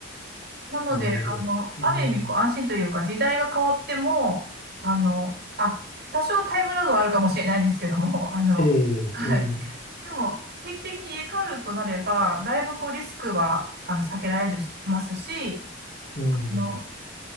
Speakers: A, on the right (about 50°); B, on the left (about 40°).
A: なので、
B: なるほど。
A: あの、
B: うん、
A: ある意味こう安心というか、時代が変わっても、あの、あ、多少タイムラグはあるかもしれないんですけども、あの、
B: ええ、
A: はい。
B: うん、
A: でも、定期的に入れ替わるとなれば、だいぶこうリスクはあの避けられるしますし、
B: うん、
A: あの、
B: うん